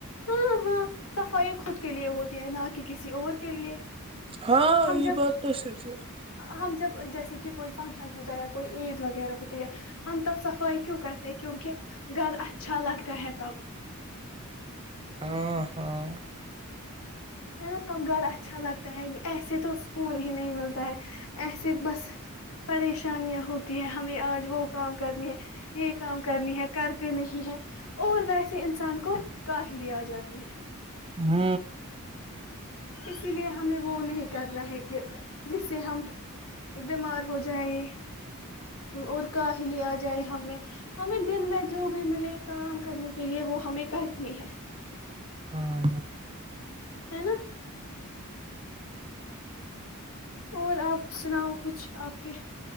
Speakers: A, on the left; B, on the right.
A: ہاں ہاں صفائی خود کے لیے ہوتی ہے نہ کہ کسی اور کے لیے
B: ہاں
A: ہم
B: یہ
A: جب
B: بات تو سچ ہے
A: ہم جب جیسے کہ کوئی فنکشن ہوتا ہے یا کوئی عید وغیرہ ہوتی ہم تب سفائی کیوں کرتے ہیں کیونکہ گھر اچھا لگتا ہے تب
B: ہاں ہاں
A: ہے نا ت گھر اچھا لگتا ہے ایسے تو سکون ہی نہیں ملتا ہے ایسے بس پریشانیاں ہوتی ہے ہمیں آج وہ کام کرنی ہے یہ کام کرنی ہے کرتے نہیں ہے اور ویسے انسان کو کاہلی آ جاتی ہے
B: ہ
A: اسی لیے ہمیں وہ نہیں کرنا ہے کہ جس سے ہم بیمار ہو جائیں اور کاہل آ ج جائے ہمیں ہمیں دن میں جو بھی ملے کام کرنے کے لیے وہ ہمیں کرنی ہے
B: ہاں
A: ہے نا اور آپ سناؤ کچھ آپ کے